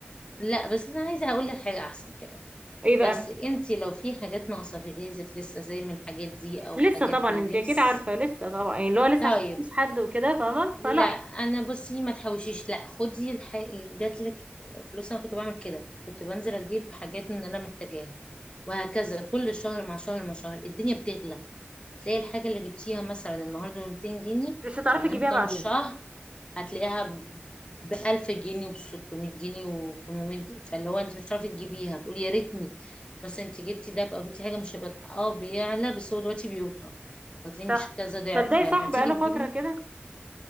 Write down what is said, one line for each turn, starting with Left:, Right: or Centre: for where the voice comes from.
Left: لا بس انا عايزة اقول لك حاجة احسن كمان
Right: ايه
Left: بس
Right: بقى
Left: انتي لو في حاجات ناقصة في جهازك لسه زي من الحاجات دي او
Right: لسه
Left: حاجات
Right: طبعا
Left: في اللبس
Right: انتي اكيد عارفه لسه طبعا يعني اللي هو لسه
Left: طيب
Right: عشان مفيش حد وكده فاهمه
Left: لا
Right: فلا
Left: انا بصي ما تحوشيش لا خدي الح... جاتلك فلوس انا كنت بعمل كده كنت بنزل اجيب حاجات من اللي انا محتاجاها وهكذا كل شهر مع شهر مع شهر الدنيا بتغلى تلاقي الحاجة اللي جبتيها مثلا النهاردة ب 200 جنيه
Right: مش هتعرفي
Left: كمان
Right: تجيبيها
Left: كام
Right: بعدين
Left: شهر هتلاقيها بألف جنيه وبستمية جنيه وبتمنمية جنيه فاللي هو انت مش هتعرفي تجيبيها تقولي يا ريتني بس انت جبتي ده بقى جبتي حاجة مش هيبقى اه بيعلى بس هو دلوقتي بيوطى هتلاقيه
Right: صح
Left: مش كذا ضعف
Right: تصدقي
Left: فلما
Right: صح
Left: تيجي
Right: بقاله فتره
Left: تجيبيه
Right: كده